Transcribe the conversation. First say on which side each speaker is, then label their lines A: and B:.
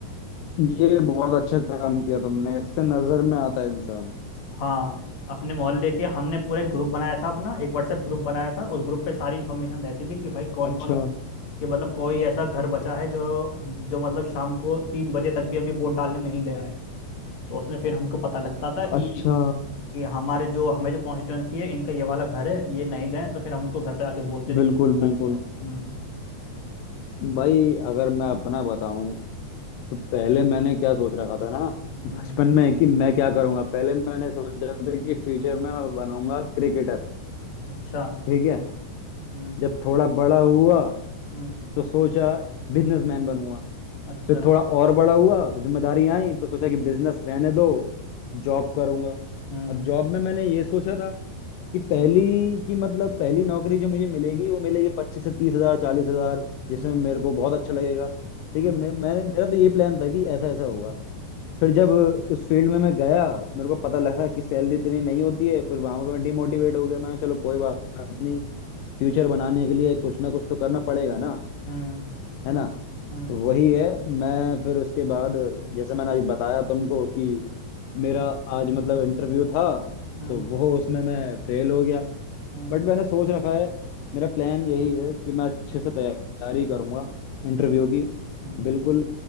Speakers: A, on the left; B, on the left.
A: ये बहुत अच्छा काम किया तुमने इससे नजर में आता है इंसान
B: हाँ अपने मोहल्ले के हमने पूरा एक ग्रुप बनाया था अपना एक व्हाट्सएप ग्रुप बनाया था उस ग्रुप पे सारी इन्फॉर्मेशन रहती थी कि भाई कौन
A: अच्छा
B: कौन कि मतलब कोई ऐसा घर बचा है जो जो मतलब शाम को तीन बजे तक भी अभी वोट डालने नहीं गया है तो उसमें फिर हमको पता लगता था कि
A: अच्छा
B: ये हमारे जो हमें जो कॉन्स्टिट्यूएंसी है इनका ये वाला घर है ये नहीं गए तो फिर हमको घर पे आके बोलते थे
A: बिल्कुल
B: कि डाल
A: बिल्कुल
B: के आओ हम्म
A: भाई अगर मैं अपना बताऊं तो पहले मैंने क्या सोच रखा था ना बचपन
B: हम्म
A: में कि मैं क्या करूंगा पहले मैंने सोचा था कि फ्यूचर में मैं बनूंगा क्रिकेटर
B: अच्छा
A: ठीक है
B: हम्म
A: जब थोड़ा बड़ा हुआ
B: हम्म
A: तो सोचा बिजनेसमैन बनूंगा
B: अच्छा
A: फिर थोड़ा और बड़ा हुआ फिर जिम्मेदारियां आई तो सोचा कि बिजनेस रहने दो जॉब करूंगा
B: हम्म
A: अब जॉब में मैंने ये सोचा था कि पहली
B: हम्म
A: की मतलब पहली नौकरी जो मुझे मिलेगी वो मिलेगी पच्चीस से तीस हजार चालीस हजार जिसमें
B: हम्म
A: मेरे को बहुत अच्छा लगेगा ठीक
B: हम्म
A: है मैं, मैंने मेरा तो ये प्लान था कि ऐसा ऐसा होगा फिर जब उस फील्ड में मैं गया मेरे को पता लगा कि सैलरी इतनी नहीं होती है फिर वहां पर मैं डिमोटिवेट हो गया मैंने कहा, चलो कोई बात नहीं फ्यूचर बनाने के लिए कुछ ना कुछ तो करना पड़ेगा ना
B: हम्म
A: है ना
B: हम्म
A: तो वही है मैं फिर उसके बाद जैसे मैंने अभी बताया तुमको कि मेरा आज मतलब इंटरव्यू था
B: हम्म
A: तो वो उसमें मैं फेल हो गया
B: हम्म,
A: बट मैंने सोच रखा है मेरा प्लान यही है कि मैं अच्छे से तैयारी करूंगा इंटरव्यू की
B: हम्म,
A: बिल्कुल